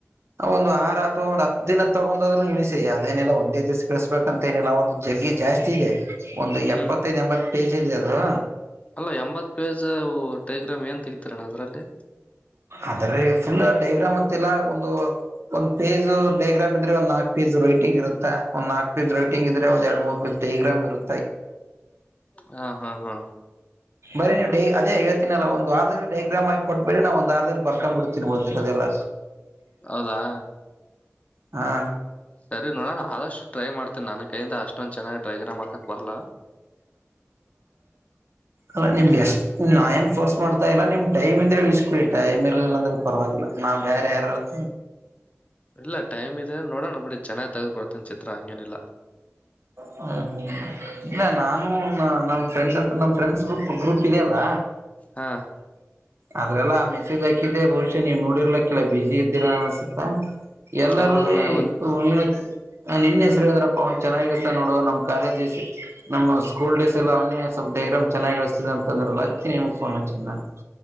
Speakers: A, on the right; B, on the left.
A: ಒಂದು ಆಹಾರ ಅಥವಾ ಒಂದು ಹತ್ತು ದಿನದ ತಗೊಂಡದ್ೂ ಇಳಿಸಿ ಅದೇನಿಲ್ಲ ಒಂದೇ ದಿವ್ ಕಳಸ್ಬೇಕಂತ ಏನಿಲ್ಲ ಒಂದು ಜಗ್ಗಿ ಜಾಸ್ತಿ ಇದೆ ಒಂದು
B: ಹ್ಮ್
A: ಎಪ್ಪತ್ತೈದು್ ಎಂಬತ್ತು ಪೇಜಿ ರಿದು
B: ಅಲ್ಲ ಎಂಬತ್ ಪೇಜ್ ಟೈಗ್ರಾಮ್ ಏನ್ ತೆಗತಿರಣ್ಣ ಅದ್ರಲ್ಲಿ
A: ಆದದ್ರೆ ಫುಲ್ ಡೈಗ್ರಾಮ್ ಅಂತ ಇಲ್ಲ ಒಂದು ಒಂದ್ ಪೇಜ್ ಡೈಗ್ರಾಮ್ ಇದ್ರೆ ಒಂದ್ ನಾಕ್ ಪೇಜ್ ರೈಟಿಂಗ್ ಇರುತ್ತೆ ಒಂದು ನಾಕ್ ಪಿ ರೈಟಂಗ ಇದೆ ಒಂದ ಎರ ಮೂತ್ ಟಲಿಗ್ರಾಮ್ ಇರುೆ
B: ಹಾ ಹಾ ಹಾ
A: ಬರಿ ನೀ ಡೈ ಅದೇ ಹೇಳ್ತೀನಲ್ಲ ಒಂದು ವಾರದಿಂದ ಡೈ್ರಾಮ್ ಆಾಿ ಕೊಟ್ಟ ಬೆಳಿ ನಾ ಒಂದ ಆರ್ ದದಲ್ಲಿ ಬರ್ಕೊಂಡ್ ಬಿಡ್ತೀನಿೋದಿ ಅದೆಲ್ಲ
B: ಹೌದಾ
A: ಹಾ
B: ಸರಿ ನೋಡಣ ಆದಷ್ಟು ಟ್ರೈ ಮಾಡ್ತಿ ನನ್ನ ಕೈಯಿಂದ ಅಷ್ಟೊಂದ್ ಚೆನ್ನಾಗಿ ಡ್ರೈಗರ್ ಹಕ್ಕಕ್ ಬರಲ್ಲ
A: ಅಲ್ಲ ನಿಮ್ಗೆ ಎಷ್ಟ್ ನಾ ಏನ್ ಫೋರ್ಸ್ ಮಾಡ್ತಾ ಇಲ್ಲ ನಿಮ್ ಟೈಮ್ ಇದ್ರೆ ಇಸ್ಕಡಿ ಟೈಮ್ ಇರ್ಲಿಲ್ಲ ಅಂದ್ರೆ ಪರವಾಗಿಲ್ಲ ನಾ್ ಬೇರೆ ಯಾರೇಳ್ತ
B: ಇಲ್ಲ ಟೈಮ್ ಇದೆ ನೋಡೋಣ ಬಿಡಿ ಚೆನ್ನಾಗಿ್ ತೆಗೆ್ದಕೊಡ್ತೇನ ಚಿತ್ರ ಹಂಗೇನಿಲ್ಲ
A: ಹ್ಮ ಹ್ಮ್ ಇಲ್ಲ ನಾನು ನಮ್ ಫ್ರೆಂಡ್ಸ್ ನಮ್ ಫ್ರೆಂಡ್ಸ್ ಗ್ರೂಪ್ ಗ್ರೂಪ್ ಇೆಯ ಅಲ್ಲ
B: ಹಾ
A: ಅದ್ರೆಲ್ಲಾ ಮೆಸೇಜ್ ಹಾಕಿದ್ದೆ ಬಹುಶಃ ನೀವ್ ನೋಡಿರ್ಲಕ್ಕಲ್ಲ ಬಸಿ ಇದ್ದೀರಾ ಅನ್ಸುತ್ತಾ ಎಲ್ಲರೂ
B: ಹೌದಣ್ಣ
A: ಏ
B: ಒಂದ್
A: ಹೇಳಕ್ಕೆ ನಾನ್ ನಿನ್ನೆ ಹೆ ಸರಿ ಹದಾರಪ್ಪಾ ಅವ್ ಚೆನ್ನಾಗಿರ್ತ್ತ ನೋಡು ನಮ್ ಕಾಲೇಜ್ ಡೇಸ್ ನಮ್ಮ್ ಸ್ಕೂಲ್ ಡೇಸ್ ಎಲ್ಲ ಅವನೇ ಸ್ವಲ್ಪ ಡಗ್ರಾಮ್ ಚನ್ನಾಗಿ ಇಿಸತದ ಅಂತಂದ್ರಲ್ಲ ಅದಕ್ಕೆ ನಿಮಗ್ ಫೋನ್ ಹಚ್ಚಿದ್ ನಾನು